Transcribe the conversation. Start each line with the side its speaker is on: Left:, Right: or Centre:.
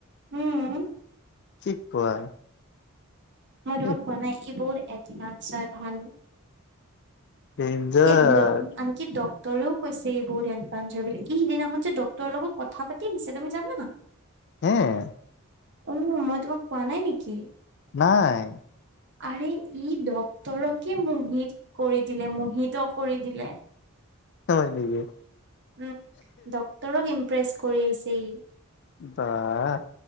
Right: উম।
Left: <unintelligible>
Right: মই তোমাক
Left: হেহ,
Right: কোৱা নাই, ই বহুত এডভান্সাৰ ভাল।
Left: ডেঞ্জাৰ
Right: <unintelligible> কি ডক্টৰেও কৈছে <unintelligible> কি সিদিনাখন যে ডাক্তৰৰ লগত কথা পাতি আহিছে তুমি জানা। <inaudible>
Left: হম।
Right: উম, মই তোমাক পোৱা নাই নেকি?
Left: নাই।
Right: আৰে ই ডাক্তৰকে মুহিত কৰি দিলে, মুহিত ত কৰি দিলে।
Left: হয় নেকি?
Right: উম, ডক্টৰক ইমপ্ৰেচ কৰি আহিছে ই।
Left: বাহ।